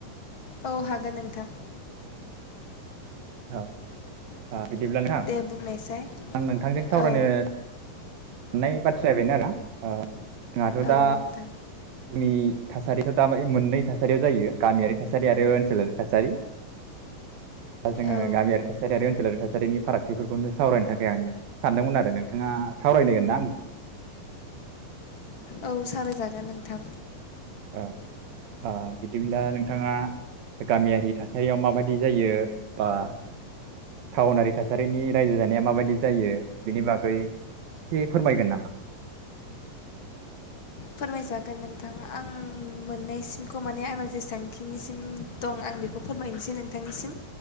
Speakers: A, on the left (about 40°); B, on the right (about 85°).
A: औ हागोन नों थां।
B: <inaudible> बिदिब्ला ना
A: दे बुंनायसाय
B: आं नोंथांजों सावरायनो
A: औ
B: नै बाथ्राया बेनो आरो ओ जोंहाथ'
A: औ
B: दा
A: नोंथां
B: जोंनि थासारिथ' दा मोननै थासारियाव जायो गामियारि थासारि आरो ओनसोलारि थासारि, दा जोङो
A: औ
B: गामियारि थासारि आरो ओनसोलारि थासारिनि फारागथिफोरखौनो सावरायनो थाखाय आं सानदोंमोन आरो नोंथाङा सावरायनो ना आंजों?
A: औ सावरायजागोन नों थां।
B: अह अह बिदिब्ला नोंथाङा गामियारि थासारिया माबादि जायो बा थाअनारि थासारिनि रायजो जानाया माबादि जायो बिनि बागै एसे फोरमायगोन नामा?
A: फोरमायजागोन नोंथां आं मोननायसिमखौ माने आंनाव जेसांखिनिसिम दं आं बेखौ फोरमायनोसै नोंथांनिसिम।